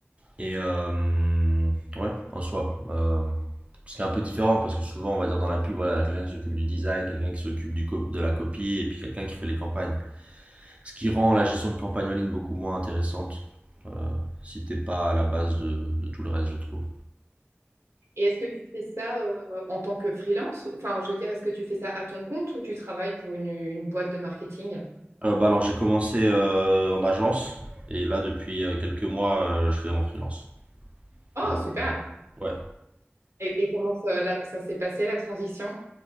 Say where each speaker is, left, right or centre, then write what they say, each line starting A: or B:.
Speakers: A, on the right; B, on the right.
A: Et euh, ouais, en soi, euh, ce qui est un peu différent, parce que souvent, on va dire dans la pub, voilà, quelqu'un qui s'occupe du design, quelqu'un qui s'occupe du co- de la copie, et puis quelqu'un qui fait les campagnes. Ce qui rend la gestion de campagne en ligne beaucoup moins intéressante, euh, si t'es pas à la base de, de tout le reste, je trouve.
B: Et est-ce que tu fais ça euh, en tant que freelance? Enfin, je veux dire, est-ce que tu fais ça à ton compte ou tu travailles pour une, une boîte de marketing?
A: Euh, bah alors j'ai commencé euh, en agence et là depuis euh, quelques mois euh, je fais en freelance.
B: Oh,
A: Donc,
B: super!
A: euh, ouais.
B: Et, et comment ça, la- ça s'est passé, la transition?